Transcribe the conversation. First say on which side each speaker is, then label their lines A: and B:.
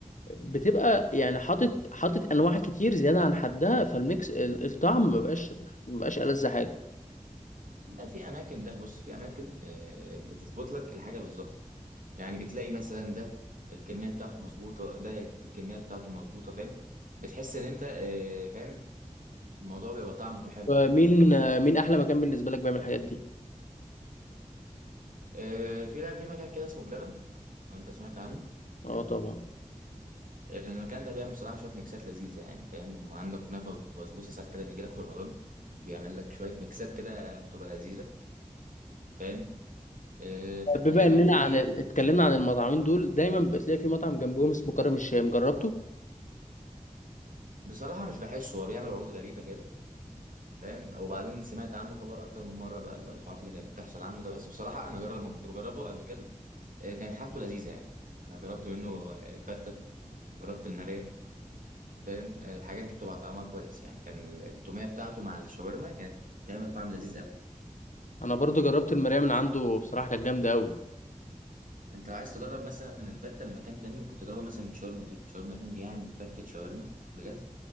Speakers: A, on the left; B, on the right.
A: بتبقى يعني حاطط حاطط انواع كتير زياده عن حدها فالميكس ال- الطعم مبقاش مبقاش ألذ حاجه
B: لا في اماكن لا بص في اماكن آه، بتظبط لك الحاجة بالظبط يعني بتلاقي مثلا ده الكمية بتاعته مظبوطة ده الكمية بتاعته مظبوطة فاهم بتحس ان انت آه، فاهم الموضوع بيبقى طعمه حلو
A: مين
B: كده فاهم يعني
A: مين احلى مكان بالنسبه لك بيعمل الحاجات دي
B: آه، في لا في مكان كده اسمه بلبن لو انت سمعت عنه
A: اه طبعا
B: المكان ده بيعمل بصراحة شوية ميكسات لذيذة يعني فاهم عندك كنافة وبسبوسة ساعات كده بيجي لك في رمضان بيعمل لك شوية ميكسات كده بتبقى لذيذة فاهم آه، فاهم
A: طب بما
B: يعني الاماكن
A: اننا
B: دي
A: عن ال- اتكلمنا عن المطعمين دول دايما بتلاقي في مطعم جنبهم اسمه كرم الشام جربته
B: بصراحه مش بحسه هو بيعمل عروض غريبه كده فاهم وبعدين سمعت عنه خبر اكتر من مره بقى الحوارات اللي كانت بتحصل عنه ده بس بصراحه انا جرب ما كنت بجربه قبل كده آه، كانت حاجته لذيذه يعني انا جربت منه الفته جربت الناريه فاهم آه، الحاجات دي بتبقى طعمها كويس يعني كان ال- التوميه بتاعته مع الشاورما كانت تعمل طعم لذيذ قوي
A: انا برضو جربت المرايه من عنده بصراحه كانت جامده قوي
B: انت لو عايز تجرب مثلا الفته من مكان تاني ممكن تجربها مثلا من شاورما ريم شاورما ريم بيعمل فتة شاورما بجد